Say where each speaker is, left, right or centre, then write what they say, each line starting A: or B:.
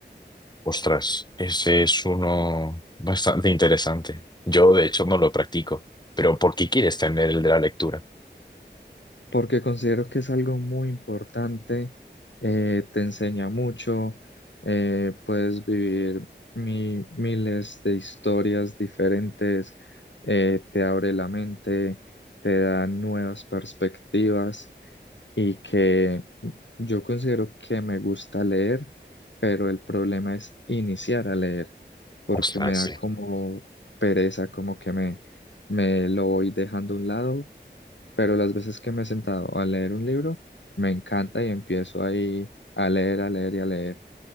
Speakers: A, on the left; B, on the left.
A: Ostras, ese es uno bastante interesante. Yo, de hecho, no lo practico. Pero ¿por qué quieres tener el de la lectura?
B: porque considero que es algo muy importante, eh, te enseña mucho, eh, puedes vivir mi- miles de historias diferentes, eh, te abre la mente, te da nuevas perspectivas. y que yo considero que me gusta leer, pero el problema es iniciar a leer, porque
A: Ostras,
B: me da
A: sí.
B: como pereza, como que me, me lo voy dejando a un lado, pero las veces que me he sentado a leer un libro, me encanta y empiezo ahí a leer, a leer y a leer.